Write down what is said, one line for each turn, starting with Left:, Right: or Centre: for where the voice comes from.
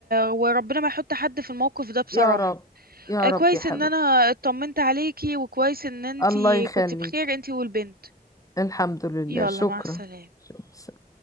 Right: وربنا ما يحط حد في الموقف ده بصراحة
Left: يا رب يا
Right: آه كويس
Left: رب يا حبيبي
Right: ان انا اطمنت عليكي وكويس ان انتي
Left: الله يخليك
Right: كنت بخير انتي والبنت
Left: الحمد لله
Right: يلا
Left: شكرا
Right: مع السلامة
Left: شكرا